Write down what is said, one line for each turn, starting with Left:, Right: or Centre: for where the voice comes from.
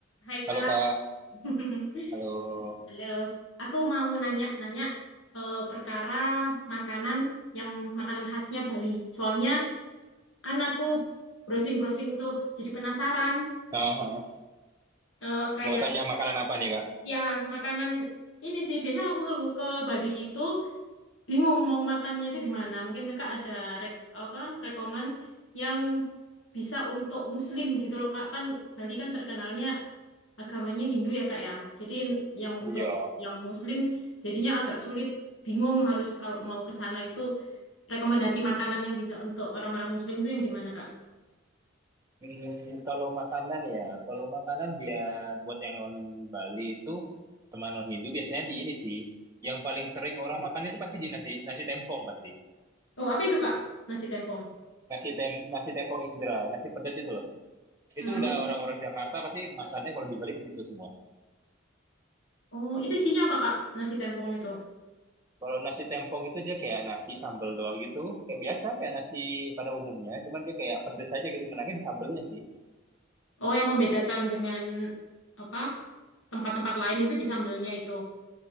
Left: Hai
Right: Halo
Left: Kak.
Right: Kak,
Left: <laughs>
Right: halo.
Left: Halo. Aku mau nanya-nanya eh, perkara makanan yang makanan khasnya Bali. Soalnya kan aku browsing-browsing tuh jadi penasaran
Right: Ah,
Left: Eh, kayak
Right: mau tanya makanan apa nih Kak?
Left: ya makanan ini sih biasanya aku ke ke Bali itu bingung mau makannya itu di mana. Mungkin Kakak ada rek apa rekomen yang bisa untuk Muslim gitu loh Kak. Kan Bali kan terkenalnya agamanya Hindu ya Kak ya. Jadi yang untuk
Right: Iya.
Left: yang Muslim jadinya agak sulit, bingung harus kalau mau ke sana itu rekomendasi makanan yang bisa untuk orang-orang Muslim itu yang di mana Kak?
Right: Hmm, kalau makanan ya, kalau makanan dia buat yang non Bali itu sama non Hindu biasanya di ini sih. Yang paling sering orang makan itu pasti di nasi nasi tempong pasti.
Left: Oh apa itu Kak? Nasi tempong.
Right: Nasi tem nasi tempong Indra, nasi pedas itu loh.
Left: Hmm.
Right: Itu udah orang-orang Jakarta pasti makannya kalau di Bali ke situ semua.
Left: Oh itu isinya apa Kak? Nasi tempong itu.
Right: Kalau nasi tempong itu dia kayak nasi sambal doang gitu, kayak biasa kayak nasi pada umumnya, cuman dia kayak pedas aja gitu, menangnya di sambelnya sih.
Left: Oh yang membedakan dengan apa tempat-tempat lain itu di sambelnya itu.